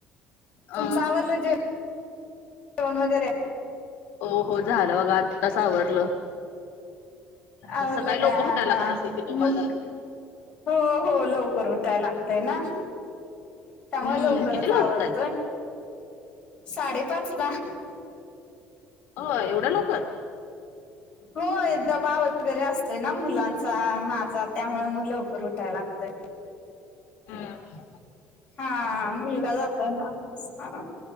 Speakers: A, on the left; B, on the left.
A: तुमचं
B: अ
A: आवरल जेवण वगैरे?
B: हो हो झालं बघा. आत्ताच आवरलं.
A: आवरलं
B: म सकाळी
A: का
B: लकर उठायला
A: हा
B: लागत असेल की तुम्हाला?
A: मुल हो हो लवकर उठाय लागतय ना. त्यामुळे
B: हम्म
A: लवकरच
B: कितीला
A: आवरत.
B: उठताय?
A: साडेपाच ला
B: ओ! एवढ्या लवकर?
A: होय डबा वगैरे असतोय ना मुलांचा, माझा. त्यामुळे मग लवकर उठायला लागतय.
B: हं.
A: हा मुलगा जातोयना आमचा.